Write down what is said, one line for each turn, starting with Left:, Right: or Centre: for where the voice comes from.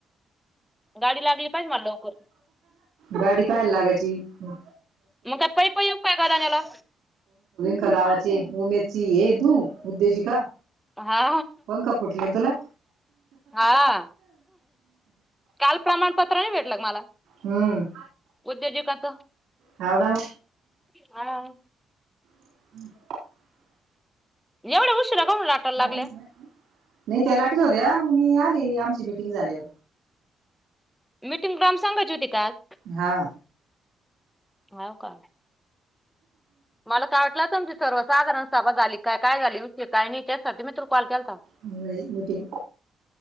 Centre: गाडी लागली पाहिजे मला लवकर
Right: गाडी काय लागायची हो
Centre: मग काय पै पै येऊ काय घराण्याला
Right: कलावाची उमेदची ये तू उद्देशिका
Centre: हा
Right: पंख फुटले तुला
Centre: हा काल प्रमाणपत्र नाही भेटलं की मला
Right: हम्म
Centre: उद्योजकाचं
Right: हावडाव
Centre: हा
Right: <inaudible>
Centre: एवढं उशिरा काऊन लाटायला
Right: बारी
Centre: लागल्या
Right: दिवस नाही त्या लाटीत होत्या, मग मी आले आमची मिटिंग झाल्यावर.
Centre: मीटिंग ग्रामसंघाची होती का आज?
Right: हा
Centre: हाव का? मला त वाटलंतं आमची सर्वसाधारण सभा झाली काय काय झाली? विषय काय नाही त्यासाठी मी तु कॉल केलता.
Right: नाही मीटिंग